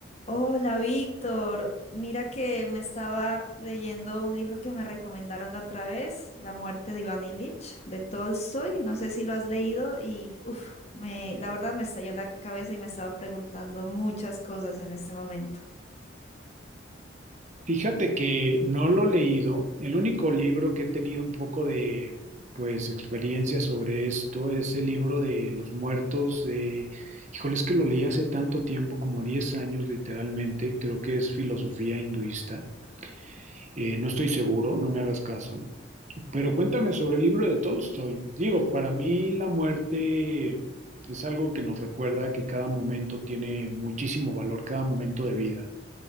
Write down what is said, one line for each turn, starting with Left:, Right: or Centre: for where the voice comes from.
Left: Hola, Víctor. Mira que me estaba leyendo un libro que me recomendaron la otra vez, La muerte de Iván Ilich, de Tolstoy. No sé si lo has leído y uf, me, la verdad me estalló la cabeza y me estaba preguntando muchas cosas en este momento.
Right: Fíjate que no lo he leído. El único libro que he tenido un poco de, pues, experiencia sobre esto es el libro de Los Muertos de, híjole, es que lo leí hace tanto tiempo, como 10 años literalmente. Creo que es filosofía hinduista. Eh, no estoy seguro, no me hagas caso. Pero cuéntame sobre el libro de Tolstoy. Digo, para mí la muerte es algo que nos recuerda que cada momento tiene muchísimo valor, cada momento de vida